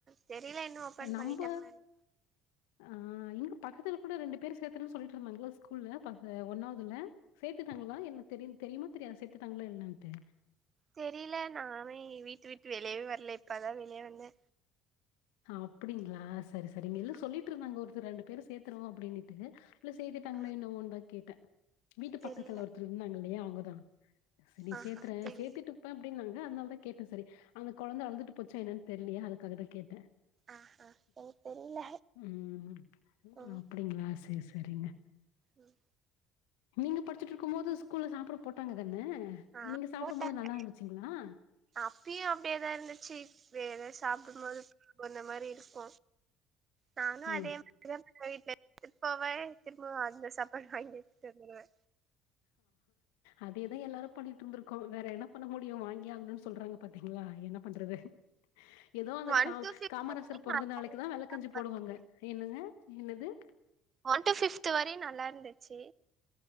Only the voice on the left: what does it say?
நம்ப
ஆ இங்க பக்கத்துல கூட ரெண்டு பேரு சேத்தறனு சொல்லிட்ருந்தாங்களா ஸ்கூல்ல ப து ஒன்னாவ்துல சேத்துட்டாங்களா என்ன தெரியும் தெரியுமா தெரியாதா சேத்துட்டாங்ளா என்னன்ட்டு
அப்படிங்களா சரி சரிங்க இல்ல
சொல்லிட்ருந்தாங்க ஒருத்தர் ரெண்டு பேரு சேத்துருவோ அப்டினுட்டு இல்ல சேத்திட்டாங்களா
என்னவோன் தா கேட்டே வீட்டு
பக்கத்துல ஒருத்தர் இருந்தாங்கில்லயா அவுங்க தா செரி
சேத்தறே
சேத்திட்ருப்பே அப்டின்னாங்க அதுனால் தா கேட்டே செரி அந்த கொழந்த அழுதுட்டு போச்சா என்னன் தெர்லயே அதுக்காக டே
ம்
அப்டிங்ளா சேர் செரிங்க
நீங்க படிச்சிட்ருக்கும் போது ஸ்கூல்ல சாப்பாடு போட்டாங்க தா ன
நீங்க சாப்புடும்
போது நல்லாருந்துச்சுங்ளா?
ம்
அதே தா எல்லாரு பண்ணிட்ருந்திருக்கோ வேற என்ன பண்ண முடியு வாங்கியே ஆகணுன் சொல்றாங்க பாத்தீங் ளா என்ன பண்றது எதோ அந்த
கா
காமராசர்
பொறந்த நாளைக்கு தா வெல்லக்கஞ்சி
போடுவாங்க என்னது என்னது